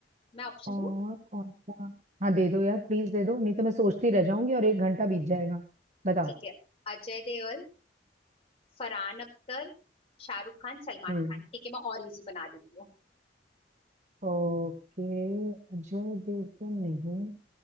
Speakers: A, on the left; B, on the right.
A: मैं ऑप्शन
B: और
A: दूँ
B: कौन सा हाँ दे दो यार प्लीज दे दो नहीं तो मैं सोचती रह जाऊंगी और एक घंटा बीत जाएगा बताओ
A: ठीक है अजय देओल फरहान अख्तर शाहरुख खान सलमान
B: हम्म
A: खान ठीक है मैं और इजी बना देती हूँ
B: ओके अजय देवगन नहीं